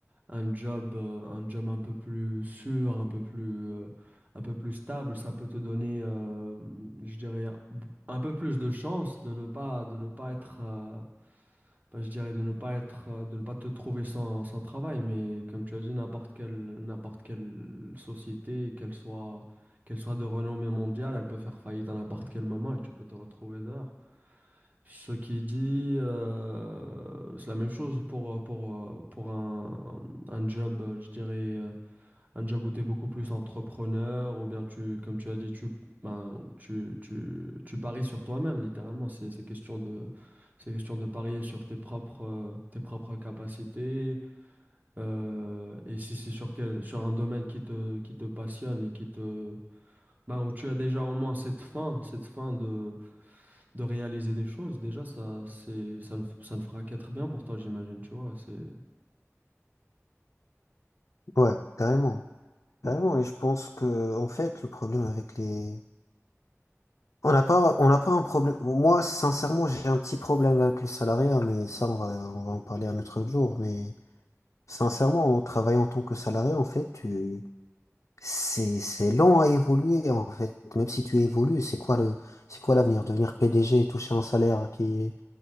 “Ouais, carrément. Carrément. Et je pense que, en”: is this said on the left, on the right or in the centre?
Left